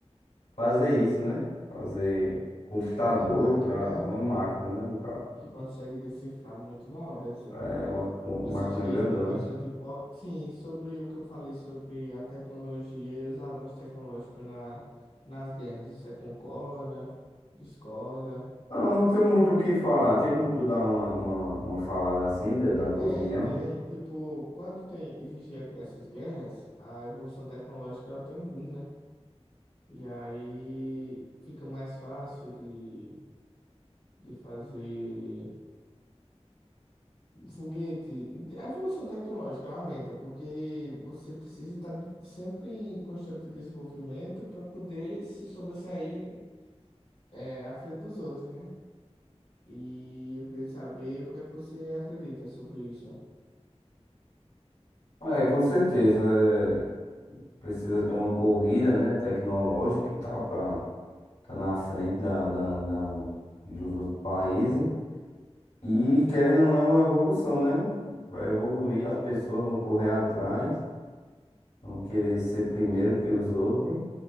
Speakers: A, on the left (about 85°); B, on the left (about 70°).
A: fazer isso, né? Fazer computador
B: Uma máquina
A: para uma máquina, né, no caso.
B: que consegue decifrar muito da hora, isso
A: É uma, uma
B: Você
A: máquina
B: acha que
A: grandona.
B: isso foi bastante importante? Sim, sobre o que eu falei sobre a tecnologia e os avanços tecnológicos na, nas guerras. Você concorda? Discorda?
A: Ah, Não tenho muito o que falar. Tem como tu dar uma, uma, uma falada assim, da, da tua
B: Tem,
A: opinião?
B: tem. Tipo, quando tem, existem essas guerras, a evolução tecnológica ela tem um boom, né? E aí fica mais fácil de, de fazer. Foguete, a evolução tecnológica ela aumenta, porque você precisa estar sempre em constante desenvolvimento para poder se sobressair é, à frente dos outros, né? E eu queria saber o que é que você acredita sobre isso.
A: É, com certeza. é, precisa ter uma corrida, né, tecnológica e tal, pra estar tá na frente da, da, da- dos outros países. E, querendo ou não, é uma evolução, né? Vai evoluir, as pessoas vão correr atrás, vão querer ser primeiro que os outros.